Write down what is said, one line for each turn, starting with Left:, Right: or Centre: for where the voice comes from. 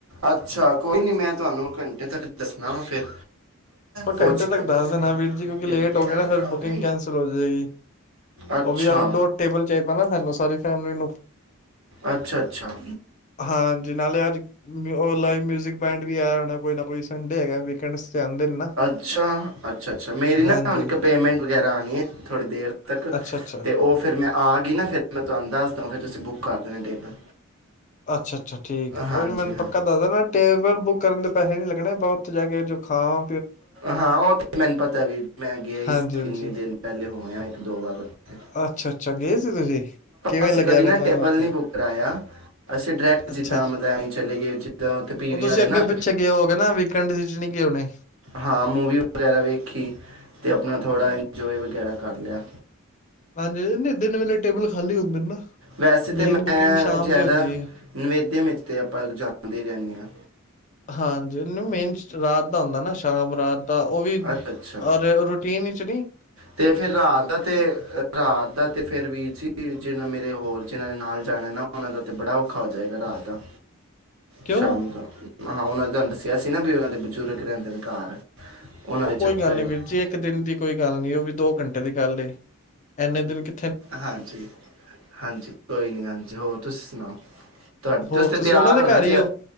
Right: ਅੱਛਾ ਕੋਈ ਨਹੀਂ ਮੈਂ ਤੁਹਾਨੂੰ ਘੰਟੇ ਤੱਕ ਦੱਸਣਾ ਵਾ ਫਿਰ ਪੁੱਛ
Left: ਘੰਟੇ ਤ
Right: ਕੇ
Left: ਦ ਦੇਣਾ ਵੀਰ ਜੀ ਕਿਉਂਕਿ
Right: ਕਿੰਨਾ
Left: ਲੇਟ ਹੋ ਗਏ ਨਾ ਫਿਰ ਬੁਕਿੰਗ ਕੈਂਸਲ ਹੋ ਜਾਏਗੀ
Right: ਅੱਛਾ
Left: ਉਹ ਵੀ ਆਊਟ ਹੋ ਟੇਬਲ ਚੇਪ ਹ ਨਾ ਸਾਨੂੰ ਸਾਰੀ ਫੈਮਲੀ ਨੂੰ
Right: ਅੱਛਾ ਅੱਛਾ
Left: ਹਾਂ ਜਿਨਾਂ ਨੇ ਅੱਜ ਲਾਈਵ ਮਿਊਜਿਕ ਬੈਂਡ ਵੀ ਆਇਆ ਹੋਣਾ ਕੋਈ ਨਾ ਕੋਈ ਸੰਡੇ ਹੈਗਾ ਵੀਕੈਂਡਸ ਚ ਆਂਦੇ ਨੇ ਨਾ
Right: ਅੱਛਾ ਅੱਛਾ ਅੱਛਾ ਮੇਰੀ
Left: ਹਾਂਜੀ
Right: ਨਾ ਇੱਕ ਪੇਮੈਂਟ ਵਗੈਰਾ ਆਉਣੀ ਹੈ ਥੋੜੀ ਦੇਰ ਤੱਕ ਅਤੇ
Left: ਅੱਛਾ-ਅੱਛਾ।
Right: ਉਹ ਫਿਰ ਮੈਂ ਆ ਗਈ ਨਾ ਫਿਰ ਮੈਂ ਤੁਹਾਨੂੰ ਦੱਸ ਦਵ ਫਿਰ ਤੁਸੀਂ ਬੁੱਕ ਕਰ ਦੇਣਾ ਟੇਬਲ
Left: ਅੱਛਾ ਅੱਛਾ ਠੀਕ ਹੈ ਕੋਈ
Right: ਹਾਂਜੀ
Left: ਨੀ ਮੈਨੂੰ
Right: ਹਾਂ
Left: ਪੱਕਾ ਦੱਸਦਾ ਨਾ ਟੇਬਲ ਬੁੱਕ ਕਰਨ ਦੇ ਪੈਸੇ ਨਹੀਂ ਲੱਗਣੇ ਬ ਉੱਥੇ ਜਾ ਕੇ ਜੋ ਖਾ ਵਾ
Right: ਹਾਂ ਉਹ ਤੇ ਮੈਨੂੰ ਪਤਾ ਵੀ ਮੈਂ ਗਿਆ ਹੀ
Left: ਹਾਂਜੀ-ਹਾਂਜੀ।
Right: ਕਿੰਨੇ ਦਿਨ ਪਹਿਲੇ ਹੋ ਇੱਕ ਦੋ ਵਾਰਥ
Left: ਅੱਛਾ-ਅੱਛਾ ਗਏ ਸੀ ਤੁਸੀਂ ਕਿਵੇਂ
Right: ਮੈਂਸੀ
Left: ਲੱਗਿਆ
Right: ਕਦੇ
Left: ਫਿਰ
Right: ਨਾ
Left: ਤੁਹਾਨੂੰ
Right: ਟੇਬਲ
Left: ਉੱਥੇ
Right: ਨ ਬੁੱਕ ਕਰਵਾਆ ਅਸੀਂ ਡਾਇਰੈਕਟ
Left: ਅੱਛਾ।
Right: ਜਿੱਦਾਂ ਮਲਬਸੀਂ ਚਲੇ ਗਏ ਜਿੱਦਾਂ ਉ ਫ ਵੀ
Left: ਉਹ ਤੁਸੀਂ
Right: ਆਾਰੇ
Left: ਅੱਗੇ
Right: ਨਾ
Left: ਪਿੱਛੇ ਗਏ ਹੋਗੇ ਨਾ ਵੀਕਐਂਡ ਚ ਨੀ ਗਏ ਹੋਣੇ।
Right: ਹਾਂ ਮੂਵੀ ਵਗੈਰਾ ਵੇਖੀ ਅਤੇ ਆਪਣਾ ਥੋੜ੍ਹਾ ਇੰਜੋਏ ਵਗੈਰਾ ਕਰ ਲਿਆ
Left: ਹਾਂਜੀ ਨਹੀਂ ਦਿਨ ਵੇਲੇ ਟੇਬਲ ਖਾਲੀ ਹੁੰਦੇ ਨੇ ਨਾ
Right: ਵੈਸੇ ਤਾਂ
Left: ਮੇਨ
Right: ਮੈਂ
Left: ਬੁਕਿੰਗ ਸ਼ਾਮ
Right: ਜ਼ਿਆਦਾ
Left: ਦੀ ਹੁੰਦੀ ਹੈ।
Right: ਨਿਵੇਦਿਆਂ ਵਿੱਚ ਤੇ ਆਪਾਂ ਜਾਣਦੇ ਰਹਿੰਦੇ ਹਾਂ
Left: ਹਾਂਜੀ ਇਹਨੂੰ ਮੇਨ ਰਾਤ ਦਾ ਹੁੰਦਾ ਨਾ ਸ਼ਾਮ ਰਾਤ ਤਾਂ ਉਹ ਵੀ
Right: ਅੱਛਾ ਅੱਛਾ
Left: ਰੂਟੀਨ ਵਿਚ ਨਹੀਂੀ
Right: ਤੇ ਫੇਰ ਰਾਤ ਦਾ ਤੇ ਰਾਤ ਦਾ ਤੇ ਫੇਰ ਵੀਰ ਜੀ ਜਿਹਨਾਂ ਮੇਰੇ ਹੋਰ ਜਿਹਨਾਂ ਨੇ ਨਾਲ ਜਾ। ਖਣਾ ਨਾ ਹੋਣਾ ਦਾ ਤੇ ਬੜਾ ਔਖਾ ਹੋ ਜਾਏਗਾ ਰਾਤ ਦਾ।
Left: ਕਿਉਂ
Right: ਸ਼ਾਮ ਦਾ ਹਾਂ <unintelligible> ਤੇ ਅਸੀਂ ਨਾ ਵੀ ਉਹਨਾਂ ਦੇ ਬਜ਼ੁਰਗ ਰਹਿੰਦੇ ਨੇ ਘਰ। ਉਹਨਾਂ
Left: ਉਹ
Right: ਦੇ ਚੱਕਰ
Left: ਕੋਈ ਗੱਲ ਨੀ
Right: ਵਿੱਚ।
Left: ਵੀਰ ਜੀ ਇੱਕ ਦਿਨ ਦੀ ਕੋਈ ਗੱਲ ਨੀ ਉਹ ਵੀ ਦੋ। ਘੰਟੇ ਦੀ ਗੱਲ ਏ ਐਨੇ ਦਿਨ ਕਿ।
Right: ਹਾਂਜੀ ਹਾਂਜੀ ਕੋਈ ਨੀ ਹਾਂਜੀ ਹੋਰ ਤੁਸੀਂ ਸੁਣਾਓ ਤੁਹਾਡ
Left: ਹੋਰ
Right: ਤੁਸੀਂ ਤੇ ਤਿਆਰ
Left: ਉਹਨਾਂ ਦੇ
Right: ਹੋ ਨਾ
Left: ਘਰ ਹੀ
Right: ਜੇ